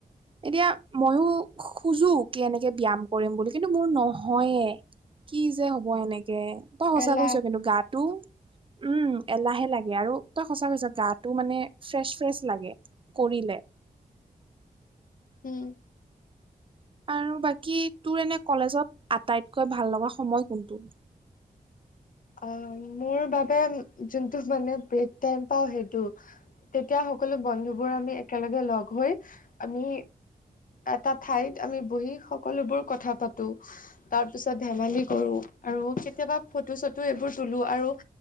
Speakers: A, on the right (about 35°); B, on the left (about 65°).
A: এতিয়া মইও খোজো কি এনেকে ব্যায়াম কৰিম বুলি কিন্তু মোৰ নহয়ে। কি যে হ'ব এনেকে। তই সঁচা
B: এলাহ
A: কৈছ কিন্তু গাটো উম, এলাহে লাগে আৰু তই সঁচা কৈছ গাটো মানে ফ্ৰেচ ফ্ৰেচ লাগে কৰিলে।
B: হুম।
A: আৰু বাকী তোৰ এনে কলেজত আটাইতকৈ ভাল লগা সময় কোনটো?
B: আঁ মোৰ বাবে যোনটো মানে ব্ৰেক টাইম পাওঁ সেইটো। তেতিয়া সকলো বন্ধুবোৰ আমি একেলগে লগহৈ আমি এটা ঠাইত আমি বহি সকলোবোৰ কথা পাতো। তাৰপিছত ধেমালি কৰোঁ আৰু কেতিয়াবা ফটো- চটো এইবোৰ তুলো আৰু